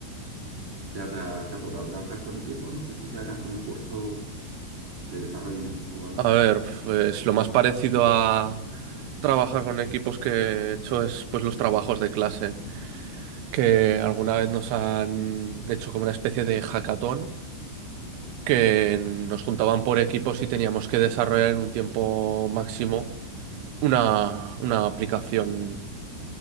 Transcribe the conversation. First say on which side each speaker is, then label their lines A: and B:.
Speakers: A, on the right; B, on the right.
A: ¿Te ha, tra- te ha tocado trabajar con equipos No sé si te harán como curso de desarrollo en equipo o algo.
B: A ver, pues lo más parecido a trabajar con equipos que he hecho es pues los trabajos de clase. que alguna vez nos han hecho como una especie de hackathon, que
A: Mm.
B: nos juntaban por equipos y teníamos que desarrollar en un tiempo máximo una, una aplicación.